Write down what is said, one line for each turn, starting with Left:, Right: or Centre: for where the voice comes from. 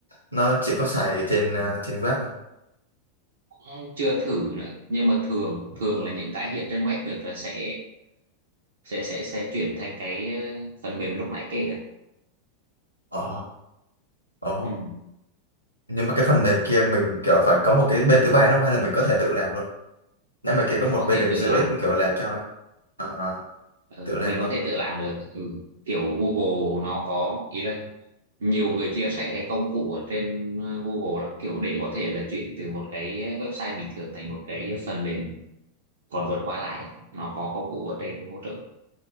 Left: nó chỉ có xài trên uh, trên web thôi
Right: cũng chưa thử nữa nhưng mà thường thường là những cái hiện trên web được là sẽ sẽ sẽ sẽ chuyển thành cái ờ, phần mềm lúc nãy kể ạ.
Left: ồ ồ
Right: ừ.
Left: nhưng mà cái phần mềm kia mình kiểu phải có một cái bên thứ ba đâu hay là mình có thể tự làm luôn nếu mà kia
Right: mình
Left: có một
Right: có
Left: bên
Right: thể
Left: đứng
Right: tự
Left: giữa
Right: làm
Left: ấy, kiểu làm cho ấy. À,
Right: Ờ,
Left: tự làm
Right: mình có
Left: luôn.
Right: thể tự làm được ừ. Kiểu Google nó có ý là nhiều người chia sẻ cái công cụ ở trên ờ, Google lắm kiểu để có thể là chuyển từ một cái website bình thường thành một cái phần mềm còn vượt qua lại nó có công cụ ở trên hỗ trợ